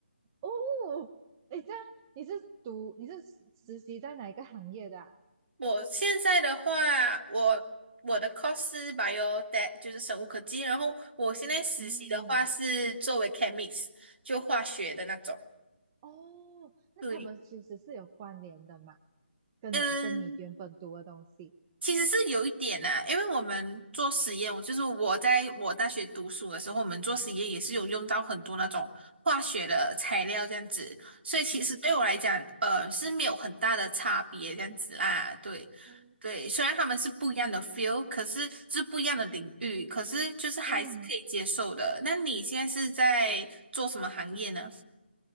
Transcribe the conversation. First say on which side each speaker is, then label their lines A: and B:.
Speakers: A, on the right; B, on the right.
A: 哦，诶，这样你是读你是实习在哪一个行业的啊
B: 我现在的话，我我的 course 是 biotech，就是生物科技，然后我现在实习的话是作为
A: 嗯，
B: chemist，就化学的那种。
A: 哦，那他们其实是有关联的嘛，
B: 对。
A: 跟跟你原本读的东西。
B: 嗯。其实是有一点呐、因为我们做实验，我就是我在我大学读书的时候，我们做实验也是有用到很多那种化学的材料这样子，所以其实对我来讲，
A: 嗯，
B: 呃，是没有很大的差别这样子啦。对，
A: 哦，
B: 对，虽然他们是不一样的 feel，可是是不一样的领域，可是就是还是可以接受的。
A: 嗯，
B: 那你现在是在做什么行业呢？